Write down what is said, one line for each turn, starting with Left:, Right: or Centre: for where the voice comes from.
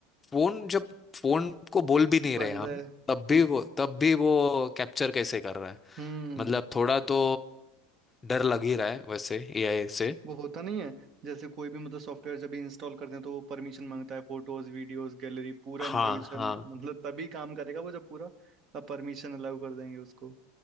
Left: फोन जब फोन को बोल भी नहीं
Right: बंद
Left: रहे हम
Right: है
Left: तब भी
Right: हम्म
Left: वो तब भी वो कैप्चर कैसे कर रहा है
Right: हम्म
Left: मतलब थोड़ा तो डर लग ही रहा है वैसे एआई से
Right: वो होता नहीं है जैसे कोई भी मतलब सॉफ्टवेयर जब इंस्टॉल करते हैं तो वो परमिशन मांगता है फोटोज वीडियोस गैलरी पूरा
Left: हाँ
Right: इन्फॉर्मेशन
Left: हाँ
Right: मतलब तभी काम करेगा वो जब पूरा परमिशन अलाउ कर देंगे उसको